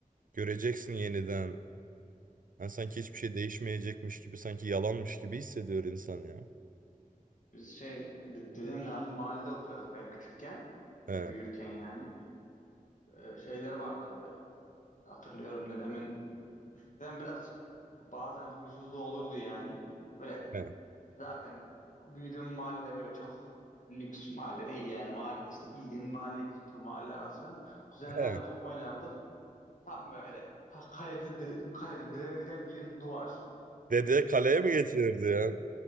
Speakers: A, on the right; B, on the left.
A: Göreceksin yeniden. Yani sanki hiçbir şey değişmeyecekmiş gibi, sanki yalanmış gibi hissediyor insan ya.
B: Biz şey de- dedemle aynı mahallede oturuyorduk ben küçükken. E,
A: He,
B: büyürken yani. E, şeyler vardı böyle. Hatırlıyorum dedemin. Dedem biraz bazen huysuzluğu olurdu yani. Böyle
A: he,
B: zaten büyüdüğüm mahallede böyle çok lüks mahalle değil yani. Mahalle, işte bildiğin mahalle kültürü mahalle arası falan. Kuzenlerle
A: he.
B: top oynardık. Tam böyle ha- kalede, de- kalede dedem dedemgilin duvar.
A: Dede kaleye mi getirirdi ya?